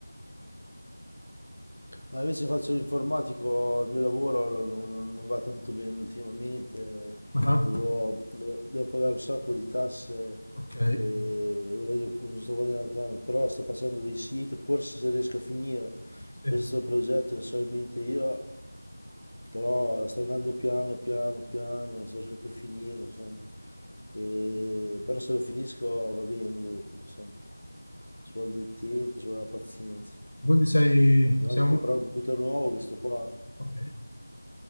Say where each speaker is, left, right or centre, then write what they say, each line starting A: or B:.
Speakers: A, on the left; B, on the left.
A: No, invece faccio l'informatico, il mio lavoro non, non- non va tanto bene ultimamente,
B: Ah,
A: devo, devo- devo pagare un sacco di tasse,
B: ok,
A: e guadagno- non sto guadagnando tanto, però sto facendo dei siti, forse se riesco a finire
B: sì.
A: questo progetto che so in mente io, però sta andando piano, piano, piano, non sto riesco più a finire, insomma, E- però se lo finisco va bene dopo, insomma, ci vuole del tempo, ci vuole la pazienza.
B: Quindi sei,
A: Devo
B: sei
A: anche
B: un...
A: comprare un computer nuovo che sto qua,
B: ok.